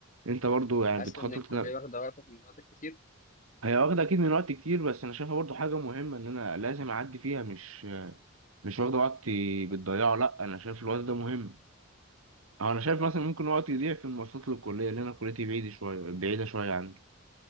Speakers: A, on the right (about 85°); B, on the left (about 35°).
A: انت برضو يعني
B: حاسس
A: بتخطط
B: ان الكليه
A: ل-
B: واخده وقتك من وقتك كتير
A: هي واخده اكيد من وقت كتير بس انا شايفها برضو حاجه مهمه ان انا لازم اعدي فيها مش مش واخده وقتي بتضيعه
B: صح
A: لا انا شايف الوقت ده مهم أو انا شايف
B: صح
A: مثلا ممكن وقتي يضيع في المواصلات للكليه لان انا كليتي بعيده شويه بعيده شويه عني